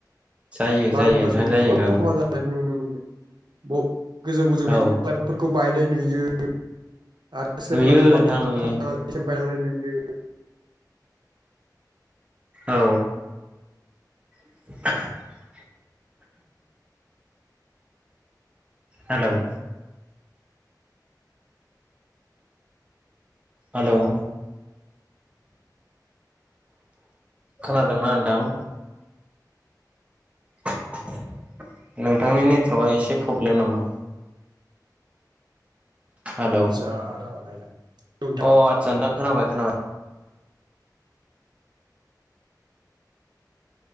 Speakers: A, on the right; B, on the right.
A: जायो
B: बारहुंखाजोंबो
A: जायो नोंथां जायो
B: गोबां
A: औ
B: खहा जानाय खौ नुनो मोनो ब गोजौ गोजौ
A: औ
B: बिफां लाइ बिफांफोरखौ बायनाय नुयो आरो सोरनिबा
A: नुयो
B: न'
A: नोंथां
B: बां
A: नुयो
B: बुखारलांनानै सेमफायलांनाय नुयो।
A: औ। <inaudible> हेल'। हेल'। खोनादोंना नोंथां? नोंथांनि नेटवर्कआ एसे प्रब्लेम नामा? हेलौ
B: आतसा र नायनां नोंथां
A: अ आदसा नोंथां खोनाबाय खोनाबाय।